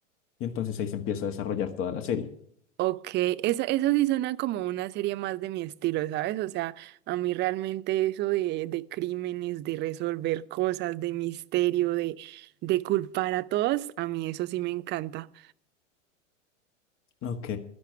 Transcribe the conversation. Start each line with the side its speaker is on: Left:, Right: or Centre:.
Left: Y entonces ahí se empieza a desarrollar toda la serie.
Right: Ok, esa, eso sí suena como una serie más de mi estilo, ¿sabes? O sea, a mí realmente eso de, de crímenes, de resolver cosas, de misterio, de, de culpar a todos, a mí eso sí me encanta.
Left: Ok,